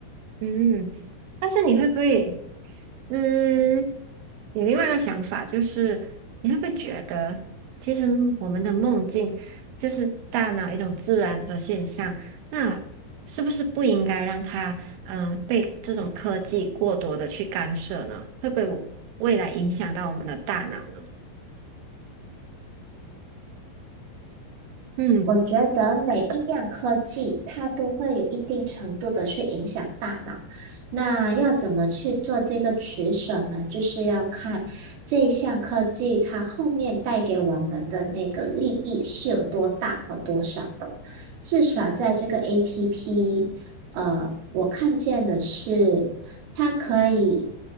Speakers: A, on the right; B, on the right.
A: 嗯，但是你会不会？嗯，有另外一个想法就是，你会不会觉得，其实我们的梦境就是大脑一种自然的现象，那是不是不应该让它，嗯、被这种科技过多的去干涉呢？会不会未来影响到我们的大脑呢？嗯，
B: 我觉得每一样科技，它都会有一定程度的去影响大脑。那要怎么去做这个取舍呢？就是要看这一项科技它后面带给我们的那个利益是有多大和多少的。至少在这个 APP，呃，我看见的是它可以